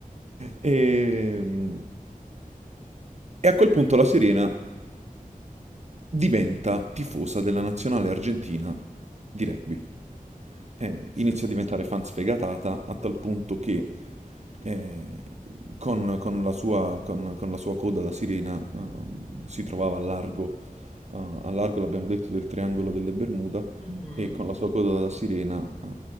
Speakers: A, on the right (about 50°); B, in the centre.
A: Ehm, E, a quel punto la Serena diventa tifosa della nazionale argentina di rugby eh,
B: Non Capisco.
A: inizia a diventare fan sfegatata a tal punto che eh, con, con la sua, con- con la sua coda da sirena ehm, si trovava a largo, eh, a largo l'abbiamo detto, del triangolo delle Bermuda
B: Mhm.
A: e con la sua coda da sirena eh,